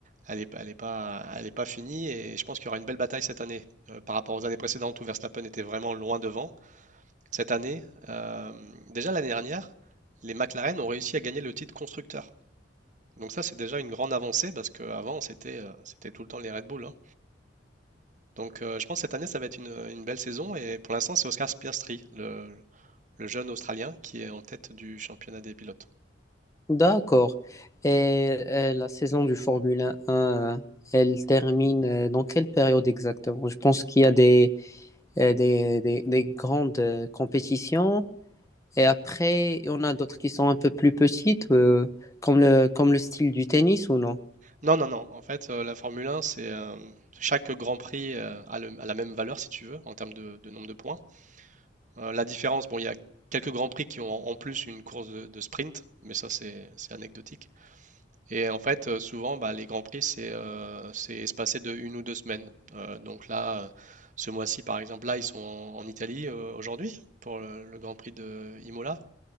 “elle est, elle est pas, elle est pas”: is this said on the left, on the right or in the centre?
Right